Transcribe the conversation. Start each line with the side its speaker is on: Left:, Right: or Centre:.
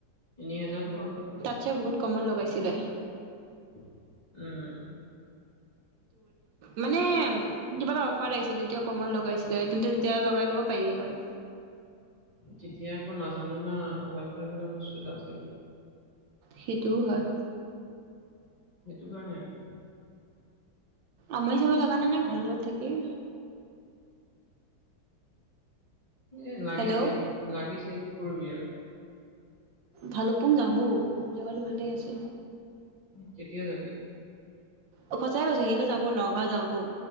Left: তিনি হোজাৰত লগাব।
Right: তাতচ্ছে বহুত কমত লগাইছিলে।
Left: উম।
Right: মানে কিবা এটা অফাৰ আহিছিলে তেতিয়া কমত লগাইছিলে, তেন্তে তেতিয়া লগাই ল'ব পাৰিলি হয়।
Left: তেতিয়া আকৌ নাজানো না ৱাইফাই বোলা বস্তু এটা আছে বুলি।
Right: সেইটোওঁ হয়।
Left: সেইটো কাৰণে আৰু।
Right: আমৰি চামনি লগা নাই নে ঘৰত থাকি
Left: এ লাগিছে
Right: হেল্ল'
Left: কি লাগিছে কি কৰিবি আৰু
Right: ভালুকপুং যাম বৌ জেগাটো ভালেই আছে।
Left: কেতিয়া যাবি?
Right: অ সঁচাই কৈছো হেৰিলে যাওঁ বল নগাঁও যাওঁ ব